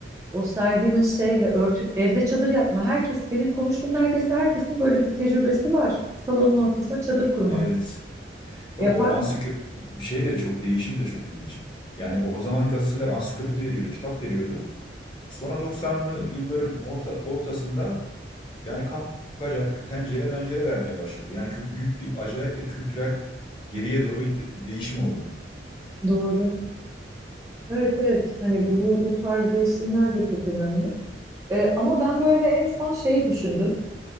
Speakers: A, on the right; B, on the left.
A: o serdiğimiz şeyle örtün evde çadır yapma. Herkes benim konuştuğum neredeyse herkesin böyle bir tecrübesi var. Salonun ortasına çadır kurma.
B: Evet. Bak
A: Yapar
B: o ansiklopedi
A: mı?
B: şey de çok değişim de çok ilginç. Yani o zaman gazeteler ansiklopedi veriyordu, kitap veriyordu. Sonra 90'lı yılların orta, ortasında Yani kapkacak, tencere mencere vermeye başladı. Yani kü- büyük bir, acayip bir kültürel geriye doğru bir de- değişim oldu.
A: Doğru. Evet evet hani bu, bu, bu tarz değişimler de çok önemli. Ee, ama ben böyle en son şeyi düşündüm.